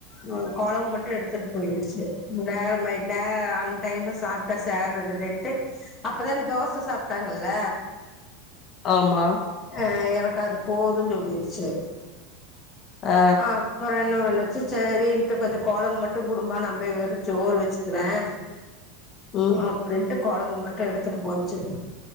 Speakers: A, on the left (about 15°); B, on the left (about 30°).
A: நா குழம்பு மட்டும் எடுத்துட்டு போய்ருசு நேரமாய் நேர அன் டைம்ல சாப்ட்டா சேறதில்லேன்ட்டு அப்பதான் தோச சாப்ட்டாங்கல்ல
B: ஆமா
A: ஆஹ எனக்கு அது போதும்னு சொல்லிருச்சு
B: ஆ
A: ஹ அப்புறம் என்ன பண்ணுச்சு சேரின்ட்டு கொஞ்சம் கொழம்பு மட்டும் குடும்பா நான் போய் வெரும் சோரு வச்சுக்கறேன்
B: ம்
A: அப்டின்டு கொழம்பு மட்டு எடுத்துட் போச்சி.